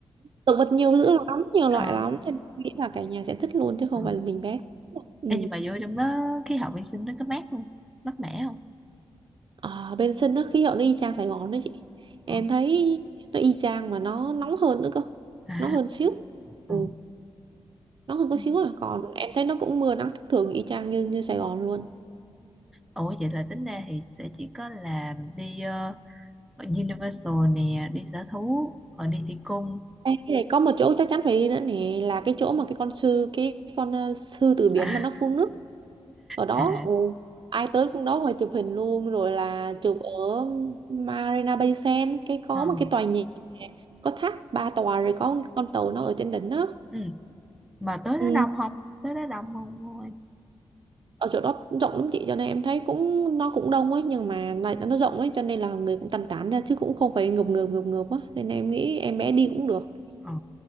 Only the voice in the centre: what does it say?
ờ
ờ
Ê, nhưng mà vô trong đó khí hậu vệ sinh nó có mát không mát mẻ không
Ờ.
à
ờ.
Ừ.
ủa vậy là tính ra thì sẽ chỉ có là đi ờ, Universal nè đi sở thú rồi đi thủy cung
à
à
ờ.
ừ. mà tới đó
đông không tới đó đông không cô ơi
ờ.